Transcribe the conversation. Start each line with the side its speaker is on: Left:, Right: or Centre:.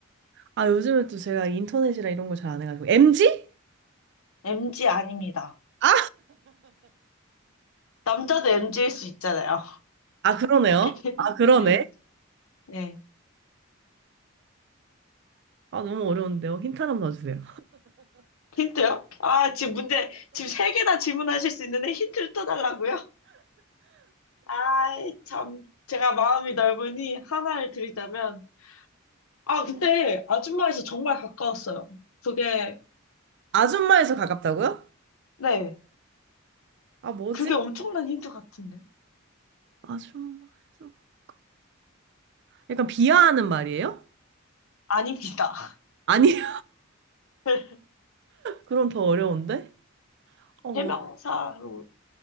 Right: 아, 요즘에 또 제가 인터넷이라 이런 걸 잘 안 해가지고. MG?
Left: MG 아닙니다.
Right: 아,
Left: 남자도 MG일 수 있잖아요.
Right: 아, 그러네요.
Left: <laughs>
Right: 아, 그러네.
Left: 네. 네.
Right: 아, 너무 어려운데요. 힌트 하나만 더 주세요.
Left: 힌트요? 아, 지금 문제, 지금 세 개나 질문하실 수 있는데 힌트를 또 달라고요? 아이, 참. 제가 마음이 넓으니 하나를 드리자면. 아, 근데 아줌마에서 정말 가까웠어요. 그게,
Right: 아줌마에서 가깝다고요?
Left: 네.
Right: 아, 뭐지?
Left: 그게 엄청난 힌트 같은데.
Right: 아줌마에서 가깝다. 약간 비하하는 말이에요?
Left: 아닙니다.
Right: 아니,
Left: <laughs>
Right: 그럼 더 어려운데? 어, 뭐,
Left: 해명사로